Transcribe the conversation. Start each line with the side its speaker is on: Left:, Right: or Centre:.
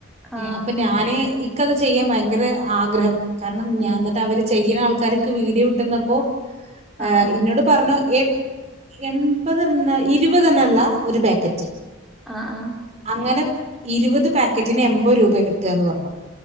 Centre: ആഹ്
Right: ഏഹ് അപ്പൊ ഞാന് ഇക്കത് ചെയ്യാൻ ഭയങ്കര ആഗ്രഹം കാരണം ഞാൻ
Centre: ഉം
Right: എന്നിട്ട്
Centre: ഉം
Right: അവര് ചെയ്യുന്ന ആൾക്കാർക്ക് വീഡിയോ ഇട്ടന്നപ്പോ ആ
Centre: ആഹ്
Right: ഇന്നോട് പറഞ്ഞു എ എൺപത് എണ്ണ ഇരുപതെണ്ണ ഉള്ള ഒരു പാക്കറ്റ്
Centre: ആഹ് ആഹ്
Right: അങ്ങനെ ഇരുപത് പാക്കറ്റിന് എൻപത് രൂപ കിട്ടുവാന്ന് പറഞ്ഞു